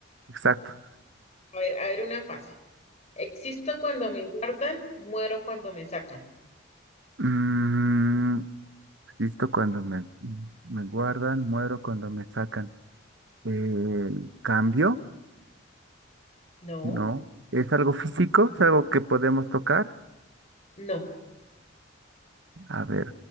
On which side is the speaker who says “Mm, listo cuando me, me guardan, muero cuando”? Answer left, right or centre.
Right